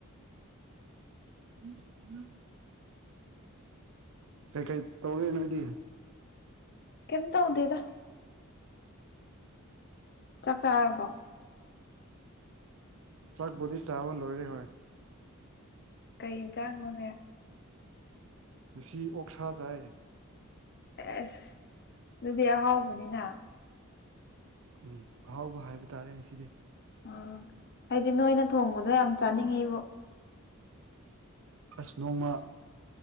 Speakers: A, on the right (about 65°); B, on the left (about 50°).
A: <unintelligible> ꯀꯩꯀꯩ ꯇꯧꯔꯦ ꯅꯣꯏꯗꯤ
B: ꯀꯩꯝ ꯇꯧꯗꯦꯗꯥ ꯆꯥꯛ ꯆꯥꯔꯕꯣ
A: ꯆꯥꯛꯕꯨꯗꯤ ꯆꯥꯕ ꯂꯣꯏꯔꯦ ꯍꯣꯏ
B: ꯀꯩ ꯌꯦꯟꯁꯥꯡꯅꯣꯅꯦ
A: ꯉꯁꯤ ꯑꯣꯛꯁꯥ ꯆꯥꯏꯌꯦ
B: ꯑꯦꯁ ꯑꯗꯨꯗꯤ ꯑꯍꯥꯎꯕꯅꯤꯅ
A: ꯎꯝ ꯑꯍꯥꯎꯕ ꯍꯥꯏꯕ ꯇꯥꯔꯦ ꯉꯁꯤꯗꯤ
B: ꯑ ꯑꯩꯗꯤ ꯅꯣꯏꯅ ꯊꯣꯡꯕꯗꯣ ꯌꯥꯝ ꯆꯥꯅꯤꯡꯉꯤꯕꯨ
A: ꯑꯁ ꯅꯣꯡꯃ